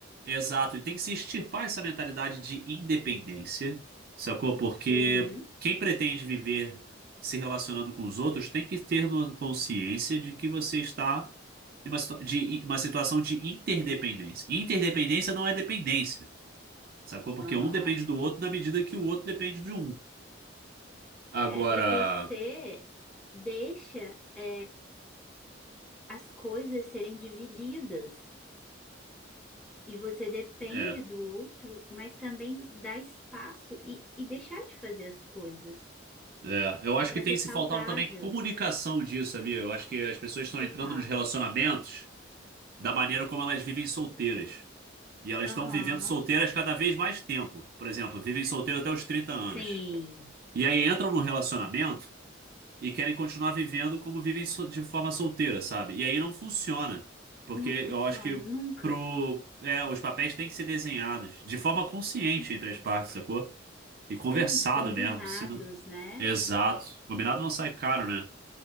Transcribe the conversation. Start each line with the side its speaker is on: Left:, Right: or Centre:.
Right: Exato, e tem que se extirpar essa mentalidade de independência, sacou? Porque
Centre: Uhum.
Right: quem pretende viver se relacionando com os outros tem que ter no- consciência de que você está em uma, situa- de, em uma situação de interdependência. E Interdependência não é dependência, sacou? Porque
Centre: Aham.
Right: um depende do outro na medida que o outro depende de um. Agora,
Centre: É, e você deixa, é, as coisas serem divididas. E você depende
Right: é,
Centre: do outro, mas também dá espaço e, e deixar de fazer as coisas
Right: é, eu acho
Centre: para
Right: que tem
Centre: ser
Right: se
Centre: saudável.
Right: faltado também comunicação disso, sabia? Eu acho que as pessoas estão
Centre: Total.
Right: entrando nos relacionamentos da maneira como elas vivem solteiras. E elas
Centre: Aham.
Right: estão vivendo solteiras cada vez mais tempo. Por exemplo, vivem solteiras até os trinta anos.
Centre: Sim.
Right: E aí entram num relacionamento e querem continuar vivendo como vivem so- de forma solteira, sabe? E aí não funciona. Porque
Centre: Não
Right: eu
Centre: funciona
Right: acho que
Centre: nunca.
Right: pro, é, os papéis têm que ser desenhados de forma consciente
Centre: Uhum.
Right: entre as partes, sacou? E
Centre: Sim,
Right: conversado
Centre: combinados,
Right: mesmo. Se não...
Centre: né?
Right: Exato. Combinado não sai caro, né?